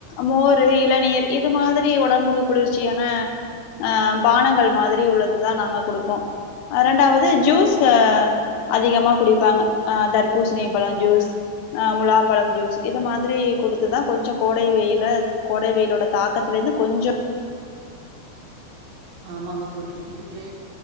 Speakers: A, on the left; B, on the right.
A: மோரு இளநீர் இது மாதிரி ஒடம்புக்கு குளிர்ச்சியான ஆ பானங்கள் மாதிரி உள்ளதுதா நாங்க குடுப்போ ரெண்டாவது ஜூஸ்சு ஆ அதிகமா குடிப்பாங்க ஆ தர்பூசணிபழம் ஜூஸ் ஆ முலாம்பழம் ஜூஸ் இது மாதிரி குடுத்துதா கொஞ்சொ கோடை வெயில கோடை வெயிலோட தாக்கத்துல இருந்து கொஞ்சொ
B: ஆமாங்க தோழி இதுக்கெ